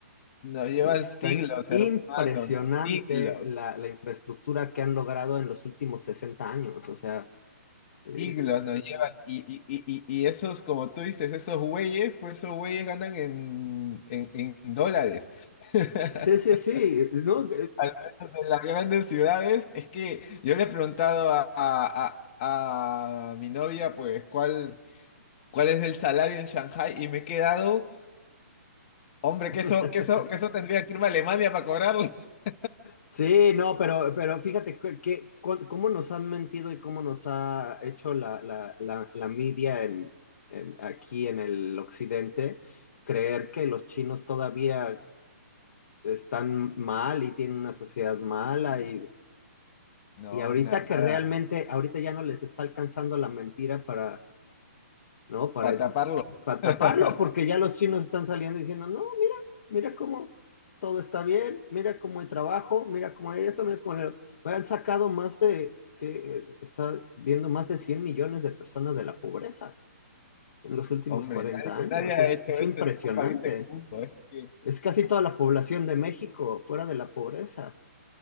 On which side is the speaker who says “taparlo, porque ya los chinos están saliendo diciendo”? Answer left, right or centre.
Left